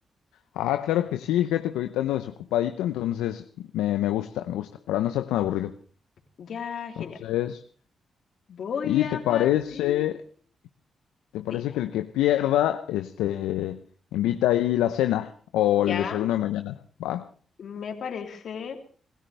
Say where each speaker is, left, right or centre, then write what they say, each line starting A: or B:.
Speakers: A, on the left (about 85°); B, on the left (about 65°).
A: Ah, claro que sí, fíjate que ahorita ando desocupadito, entonces me, me gusta, me gusta, para no estar tan aburrido.
B: Ya, genial.
A: Entonces,
B: Voy
A: ¿y
B: a
A: te parece,
B: partir.
A: te parece
B: Dime.
A: que el que pierda, este, invita ahí la cena o
B: Ya,
A: el desayuno de mañana? ¿Va?
B: me parece.